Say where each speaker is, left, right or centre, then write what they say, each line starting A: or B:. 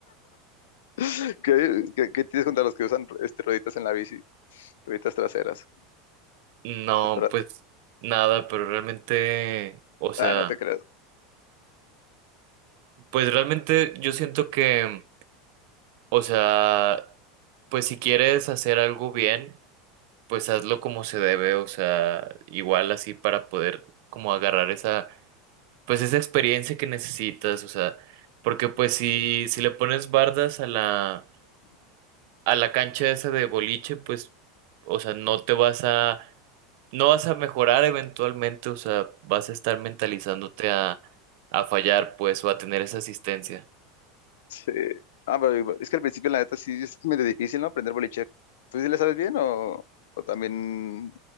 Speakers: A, on the left (about 80°); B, on the right (about 60°).
A: <laughs> ¿Qué, qué- qué tienes contra los que usan este, rueditas en la bici, rueditas traseras?
B: No,
A: Es para-
B: pues nada, pero realmente, o sea,
A: Ah, no te creo.
B: pues realmente yo siento que O sea, pues si quieres hacer algo bien, pues hazlo como se debe, o sea, igual así para poder como agarrar esa, pues esa experiencia que necesitas, o sea, porque pues si, si le pones bardas a la, a la cancha esa de boliche, pues, o sea, no te vas a, no vas a mejorar eventualmente, o sea, vas a estar mentalizándote a, a fallar, pues, o a tener esa asistencia.
A: Sí. Ah, pero es que al principio, la neta, sí es medio difícil, ¿no? Aprender boliche. ¿Tú sí le sabes bien o, o también